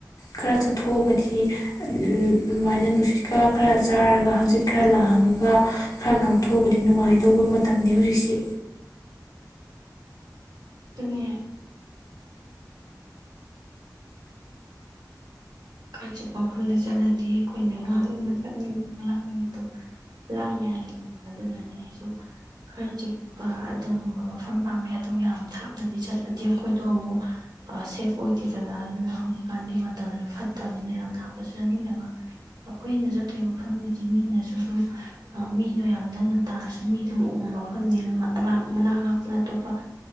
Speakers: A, on the left; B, on the right.
A: ꯈꯔ ꯆꯠꯊꯣꯛꯑꯒꯗꯤ ꯑꯗꯨꯃꯥꯏꯅ ꯅꯨꯡꯁꯤꯠꯀ ꯈꯔ ꯆꯥꯔꯒ ꯍꯪꯆꯤꯠ ꯈꯔ ꯂꯥꯡꯉꯒ ꯈꯔ ꯂꯥꯡꯊꯣꯛꯑꯒꯗꯤ ꯅꯨꯡꯉꯥꯏꯗꯧꯕ ꯃꯇꯝꯅꯤ ꯍꯧꯖꯤꯛꯁꯤ
B: ꯑꯗꯨꯅꯦ ꯑꯆꯤꯛꯄ ꯃꯐꯝꯗ ꯆꯠꯂꯗꯤ ꯑꯩꯈꯣꯏꯅ ꯉꯥꯡꯅꯤꯡꯕ ꯆꯠꯅꯤꯡꯕ ꯂꯥꯡꯅꯤꯡꯕꯗꯣ ꯂꯥꯡꯉꯔꯦꯗꯅ ꯑꯗꯨꯅꯅꯦ ꯑꯩꯁꯨ ꯈꯔ ꯆꯤꯛꯄ ꯑꯗꯨꯒꯨꯝꯕ ꯃꯐꯝ ꯇꯥꯡꯕ ꯌꯥ ꯑꯗꯨ ꯌꯥꯝ ꯊꯥꯞꯅꯗꯤ ꯆꯠꯂꯗꯤ ꯑꯩꯈꯣꯏꯗꯣ ꯑꯃꯨꯛ ꯁꯦꯐ ꯑꯣꯏꯗꯦꯗꯅ ꯑꯗꯨꯅ ꯍꯧꯖꯤꯛꯀꯥꯟꯗꯤ ꯃꯇꯝꯁꯨ ꯐꯠꯇꯕ ꯅ ꯌꯥꯝ ꯂꯥꯞꯄꯁꯨ ꯆꯠꯅꯤꯡꯗꯕ ꯑꯩꯈꯣꯏꯅ ꯆꯠꯇꯣꯏꯔꯤꯕ ꯃꯐꯝꯗꯨꯗꯤ ꯃꯤꯅꯁꯨ ꯑꯗꯨꯝ ꯃꯤꯗꯣ ꯌꯥꯝ ꯅꯟꯅ ꯇꯥꯔꯁꯨ ꯃꯤ ꯑꯗꯨꯝ ꯎꯕ ꯃꯐꯝꯅꯦ ꯃꯅꯥꯛ ꯅꯛꯄꯗ ꯑꯇꯣꯞꯄ